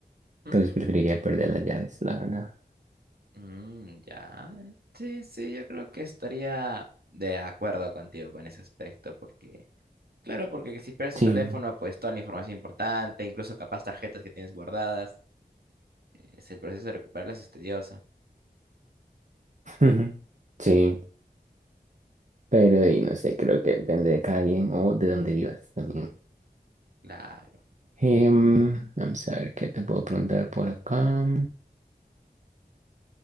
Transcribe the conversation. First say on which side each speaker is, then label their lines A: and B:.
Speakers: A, on the right (about 70°); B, on the right (about 45°).
A: <laughs>
B: Entonces preferiría perder las llaves, la verdad.
A: Mm, ya. Sí, sí, yo creo que estaría de acuerdo contigo con ese aspecto, porque, claro, porque si pierdes tu
B: Sí.
A: teléfono, pues toda la información importante, incluso capaz tarjetas que tienes guardadas, es el proceso de recuperarlas es tedioso.
B: <laughs> Sí, pero y no sé, creo que depende de cada quien o de dónde vivas también.
A: Claro.
B: Em, vamos a ver qué te puedo preguntar por acá.